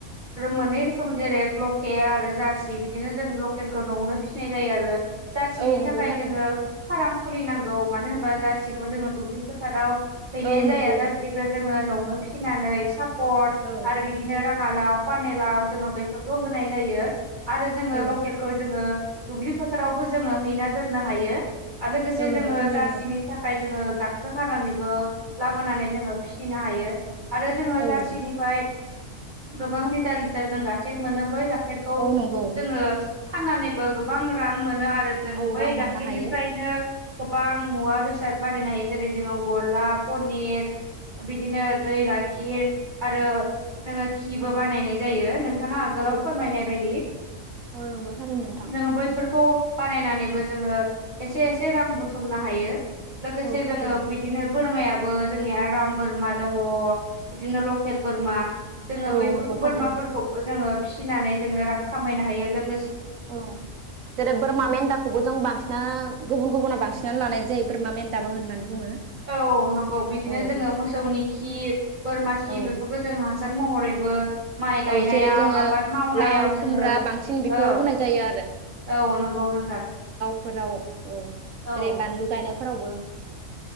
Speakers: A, on the right; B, on the right.
A: मोननै रोखोम जेरै लकेल आरो जारसि बिदिनो जों लक लकेलखौ नआवनो फिसिनाय जायो आरो। जारसिनि
B: औ नंगौ
A: थाखाय
B: थारैनो
A: जोंङो फार्म खुलिनांगौ मानो होनबा जारसिखौ जोंङो दुब्लि फोथाराव। हैनाय
B: औ
A: जाया
B: नंगौ
A: जासिखौ जोङो न'आवनो फिसिनानै सापट
B: औ
A: आरो बिदिनो राङालाव पानेलाव जोङो बैफोरखौ होनाय जायो आरो जोङो
B: औ
A: लकेलखौ जोङो। दुब्लि फोथारावबो जोङो हैना दोननो हायो आरो लोगोसे
B: औ नंगौ
A: जोङो
B: थारैनो
A: जारसिनि थाख जोङो गांखो हानानैबो लाबोनानै जोङो फिसिनो हायो। आरो जोङो
B: औ
A: जारसिनिफ्राय गोबां लिटार लिटार जों गाइखेर मोनो बै गा केरखौ
B: औ नंगौ
A: जोङो फाननानैबो गोबां रां मोनो आर रो जों
B: औ
A: बै
B: रां मोननो
A: गाखेरनिफ्रायनो
B: हायो
A: गोबां मुवा बेस साथ बानायनो हायो जेरै जोंङो गला पनिर बिदिनो दै गाइखिर आरो जोङो खि बो बानायनाय जायो नों नोंथाङा आगोलाव
B: औ
A: फोरमायनाय बायदि
B: औ नंगौ थारैनो नोंथां
A: जोङो बैफोरखौ। बानायनानैबो जोङो एसे एसे रां बुथुमनो हायो लोगोसे
B: औ थारैनो
A: जोङो बिदिनो बोरमायाबो जोंनिया राम बोरमा दङ बिदिनो लकेल बोरमा। जोङो
B: औ
A: बैफोरखौ
B: नंगौ
A: बोरमाफोरखौ
B: थारैनो
A: जोङो फिसिनानै जोङो रां खामायनो हायो लोग
B: औ जेरै बोरमा मेन्दाखौबो जों बांसिना गुबुन गुबुन बांसिन लानाय जायो बोरमा मेन्दाबो होननानै बुङो।
A: औ नंगौ बिदिनो
B: औ
A: जोङो मोसौनि खि बोरमा खि
B: औ
A: बेफोरखौ जोंङो। हासार महरैबो माइ गायनायाव
B: औ जेरै जोङो
A: आबाद मावनायाव
B: लाव खुमब्रा
A: जोङो
B: बांसिन बेफोराव
A: औ।
B: होनाय जायो
A: औ नोंगौ नोंथां।
B: फोराव औ
A: औ
B: जेरै बानलु गायनायफोरावबो।